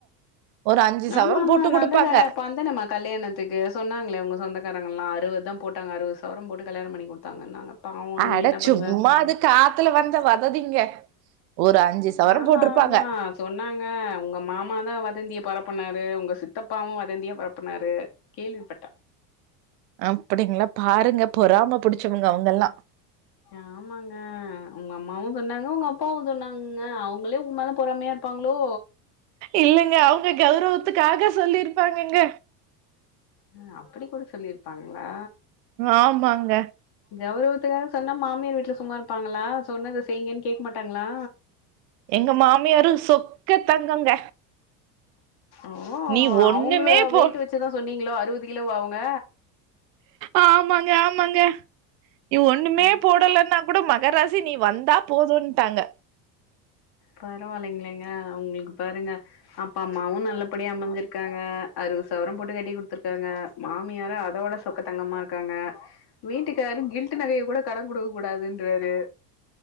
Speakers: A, on the right; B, on the left.
A: ஒரு அஞ்சு சவரம்
B: ஆமா ஆமா
A: போட்டு
B: நான்தா
A: குடுப்பாங்க
B: க வந்தனேம்மா கல்யாணத்துக்கு சொன்னாங்களே உங்க சொந்தக்காரங்கல்லா அறுவது தா போட்டாங்க அறுவது சவரம் போட்டு கல்யாணம் பண்ணி குடுத்தாங்கன்னாங்க பாவோ
A: அட
B: நீ என்ன பண்ணுவ
A: சும்மா அது காத்துல வந்த வததிங்க ஒரு அஞ்சு சவரம்
B: ஆமா
A: போட்டிருப்பாங்க
B: ஆமா சொன்னாங்க உங்க மாமாதா வதந்திய பரப் ப்புனாரு உங்க சித்தப்பாவு வதந்திய பரப்பனாரு கேள்விப்பட்ட
A: அப்டிங்களா பாருங்க பொறாம புடிச்சவங்க அவங்கல்லா
B: ஆமாங்க உங்க அம்மாவு சொன்னாங்க உங்க அப்பாவு சொன்னாங் ங்க அவங்களே உங்க மேல பொறமையா இப்பாங்களோ
A: இல்லங்க அவங்க கௌரவத்துக்காக சொல்லிருப்பாங்கங்க
B: அ அப்படி கூட சொல்லிருப்பாங்களா
A: ஆமாங்க
B: கௌரவத்துக்காக சொன்னா மாமியார் வீட்ல சும்மா இருப்பாங்களா சொன்னது செய்ங்கன்னு கேக்க மாட்டாங்களா
A: எங்க மாமியாரு சொக்க தங்கங்க
B: ஓ
A: நீ ஒண்ணுமே
B: அவங்கள
A: போ
B: வெயிட்டு வெச்சுதா சொன்னீங்களோ அறுவ து கிலோவா அவுங்க
A: ஆமாங்க ஆமாங்க நீ ஒண்ணுமே
B: அதா
A: போடலன்னா கூட மகராசி நீ வந்தா போதுட்டாங்க
B: பரவாயில்லைங்களங்க உங்களுக்கு பாருங்க அப்பா அம்மாவும் நல்லபடிய அமைஞ்சிருக்காங்க அறுவது சவரம் போட்டு கட்டி குடுத்துருக்காங்க மாமியாரு அதோட சொக்க தங்கமா இருக்காங்க வீட்டுக்காறறு கில்ட் நகைய கூட கடன் கொடுக்க கூடாதுன்றாரு